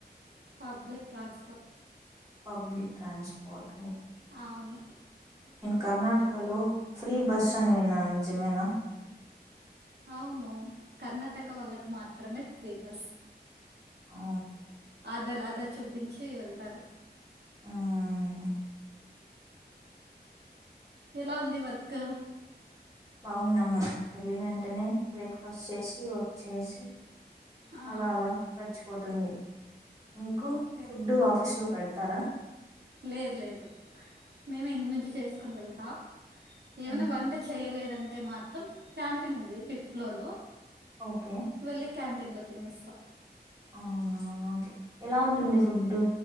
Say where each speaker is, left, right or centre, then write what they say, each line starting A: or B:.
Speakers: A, on the right (about 80°); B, on the right (about 20°).
A: public transport
B: public transport
A: అవును
B: కర్ణాటకలో ఫ్రీ బస్ అని విన్నాను నిజమేనా
A: అవును కర్ణాటక వాళ్లకి మాత్రమే ప్రీ బస్
B: ఆ
A: ఆధార్ ఆధార్ చూపించి వెళ్తారు
B: ఉమ్
A: ఎలా ఉంది వర్క్
B: బాగుందమ్ము వెళ్ళిన వెంటనే బ్రేక్ఫాస్ట్ చేసి వర్క్ చేసి
A: ఆ,
B: అలా అలా గర్చిపోతుంది మీకు
A: ఓకే
B: ఫుడ్డు ఆఫీసు లో పెడతారా
A: లేదు లేదు మేము ఇంటి నుంచి చేసుకుని వెళ్తా ఏమైనా
B: ఉమ్,
A: వంట చేయలేదంటే మాత్రం క్యాంటీన్ ఉంది ఫిఫ్త్ ఫ్లోర్లో
B: ఓకే
A: వెళ్లి క్యాంటీన్ లో తినేస్తాం
B: అవునా ఓకే ఎలా ఉంటుంది
A: ఆ,
B: ఫుడ్డు